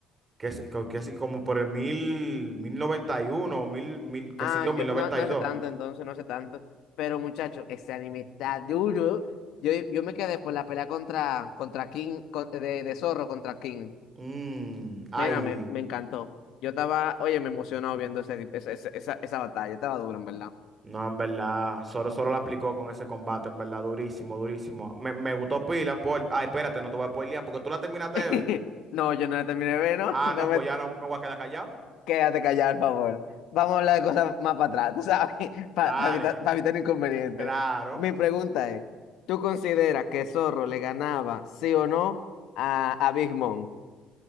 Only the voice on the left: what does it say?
Ah,
yo
no, no
sé tanto entonces, no sé tanto. Pero muchacho, ese anime está duro. Yo, yo me quedé por la pelea contra, contra King, con- de, de Zorro contra King.
Mira, me, me encantó. Yo estaba, oye, me emocionado viendo ese, ese- ese- esa, esa batalla, estaba duro, en verdad.
<laughs>
No, yo no la terminé de ver, ¿no?
<laughs> No
me...
Quédate callado, por favor. Vamos a hablar de cosas más para atrás, tú sabes, <laughs>
para evitar, para evitar inconvenientes.
Mi pregunta es, ¿tú consideras que Zorro le ganaba, sí o no, a, a Big Mom,